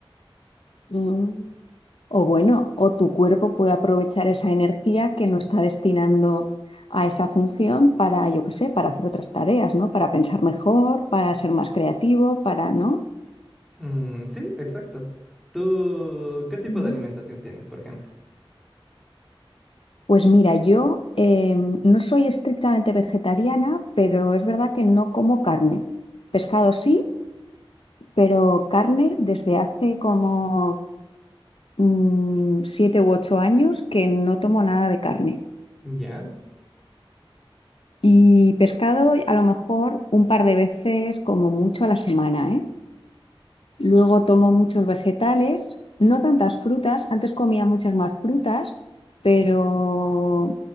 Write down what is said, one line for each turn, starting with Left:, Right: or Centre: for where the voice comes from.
Left: Mm. O bueno, o tu cuerpo puede aprovechar esa energía que no está destinando a esa función para, yo qué sé, para hacer otras tareas, ¿no? Para pensar mejor, para ser más creativo, para, ¿no?
Centre: Mm, sí, exacto. ¿Tú qué tipo
Left: Mm.
Centre: de alimentación tienes, por ejemplo?
Left: Pues mira, yo eh, no soy estrictamente vegetariana, pero es verdad que no como carne. Pescado sí, pero carne desde hace como mm, siete u ocho años que no tomo nada de carne.
Centre: Ya,
Left: Y pescado a lo mejor un par de veces como mucho a la semana, ¿eh? Luego tomo muchos vegetales, no tantas frutas, antes comía muchas más frutas, pero